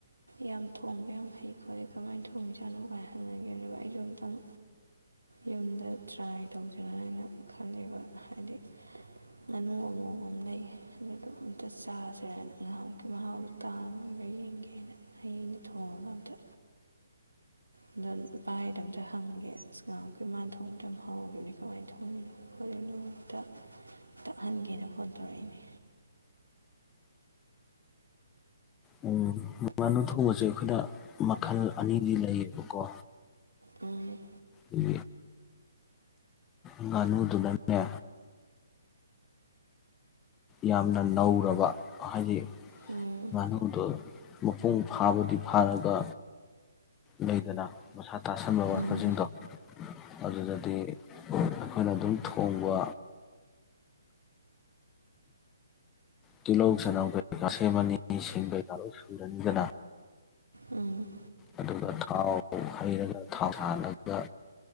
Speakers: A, on the right (about 85°); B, on the left (about 15°).
A: ꯌꯥꯝ ꯊꯣꯡꯕ ꯌꯥꯝ ꯍꯩ ꯈꯣꯠꯂꯤ ꯀꯃꯥꯏꯅ ꯊꯣꯡꯉꯤꯖꯥꯅꯣ ꯒꯥꯏ ꯍꯪꯅꯈꯤꯕꯅꯦꯕ ꯑꯩꯖꯨ ꯑꯝꯇꯪ ꯌꯨꯝꯗ ꯇ꯭ꯔꯥꯏ ꯇꯧꯖꯤꯔ ꯍꯥꯏꯅ ꯈꯂꯦꯕ ꯍꯥꯏꯗꯤ ꯉꯥꯅꯨ ꯑꯃꯣꯝ ꯑꯝ ꯂꯩꯌꯦ ꯑꯗꯨꯗꯣ ꯑꯝꯇ ꯆꯥꯁꯤꯔꯅ ꯉꯍꯥꯟꯃꯨꯛꯀꯤ ꯃꯍꯥꯎꯗꯣ ꯇꯥ ꯉꯝꯕꯔꯥ ꯌꯦꯡꯒꯦꯅ ꯍꯌꯦꯡꯗꯤ ꯊꯣꯡꯉꯒ ꯑꯝꯇ ꯑꯗꯣ ꯚꯥꯏꯗꯣ ꯑꯝꯇ ꯍꯪꯒꯦ ꯑꯁ ꯉꯥꯏꯍꯥꯟ ꯃꯨꯀꯤ ꯃꯥꯅ ꯊꯣꯡꯕꯗꯣ ꯌꯥꯝ ꯍꯥꯎꯒꯤꯕꯅꯤ ꯀꯃꯥꯏꯅ ꯊꯣꯡꯉꯤꯅꯣ ꯈꯣꯠꯂꯤꯅꯣ ꯑꯝꯇ ꯇꯛꯍꯟꯒꯦꯅ ꯐꯣꯟ ꯇꯧꯔꯛꯏꯅꯤ
B: ꯎꯝ ꯉꯥꯅꯨ ꯊꯣꯡꯕꯁꯦ ꯑꯈꯣꯏꯅ ꯃꯈꯜ ꯑꯅꯤꯗꯤ ꯂꯩꯌꯦꯕꯀꯣ
A: ꯎꯝ
B: ꯎꯝ ꯉꯥꯅꯨꯗꯨꯅꯅꯦ ꯌꯥꯝꯅ ꯅꯧꯔꯕ ꯍꯥꯏꯗꯤ
A: ꯎꯝ
B: ꯉꯥꯅꯨꯗꯣ ꯃꯄꯨꯡ ꯐꯥꯕꯗꯤ ꯐꯥꯔꯒ ꯂꯩꯗꯅ ꯃꯁꯥ ꯇꯥꯁꯟꯕ ꯋꯥꯠꯄ
A: ꯎꯝ
B: ꯖꯤꯡꯗꯣ ꯑꯗꯨꯗꯗꯤ ꯑꯩꯈꯣꯏꯅ ꯑꯗꯨꯝ ꯊꯣꯡꯕ ꯇꯤꯜꯍꯧ ꯆꯅꯝ ꯀꯩꯀꯥ ꯁꯦꯝꯃꯅꯤ ꯁꯤꯡ ꯀꯩꯀꯥ ꯂꯣꯏ ꯁꯨꯔꯅꯤꯗꯅ
A: ꯎꯝ
B: ꯑꯗꯨꯒ ꯊꯥꯎ ꯍꯩꯔꯒ ꯊꯥꯎ ꯁꯥꯍꯜꯒ